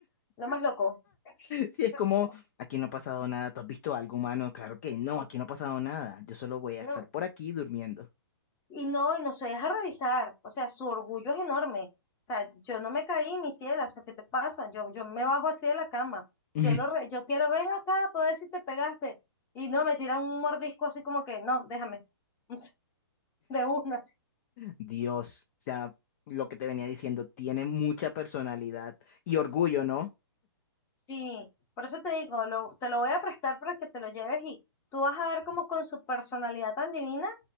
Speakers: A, on the left (about 20°); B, on the left (about 35°).
A: Lo más loco. <laughs>
B: Si es como,
A: O sea,
B: aquí no ha pasado nada. ¿Tú has visto algo humano? Claro que no,
A: eh,
B: aquí no ha pasado nada. Yo solo voy a
A: No.
B: estar por aquí durmiendo.
A: Y no, y no se deja revisar. O sea, su orgullo es enorme. O sea, yo no me caí, mi ciela. O sea, ¿qué te pasa? Yo, yo me bajo así de la cama.
B: <laughs>
A: Yo lo re- yo quiero, ven acá para ver si te pegaste. Y no, me tiran un mordisco así como que, no, déjame. <laughs> De una.
B: Dios, o sea, lo que te venía diciendo, tiene mucha personalidad y orgullo, ¿no?
A: Sí, por eso te digo, lo- te lo voy a prestar para que te lo lleves y tú vas a ver como con su personalidad tan divina,